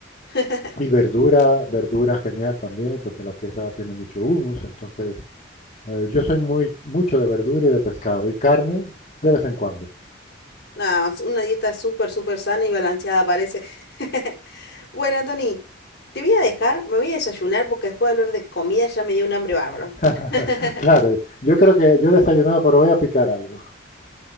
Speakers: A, on the left; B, on the left.
A: <laughs>
B: Y verdura, verdura genial también, porque la tierra tiene mucho humus, entonces Eh, yo soy muy, mucho de verdura y de pescado y carne de vez en cuando.
A: No, es una dieta súper, súper sana y balanceada parece. <laughs> Bueno, Tony, te voy a dejar, me voy a desayunar porque después de hablar de comida ya me dio un hambre bárbaro.
B: <laughs>
A: <laughs>
B: Claro, yo creo que yo he desayunado, pero voy a picar algo.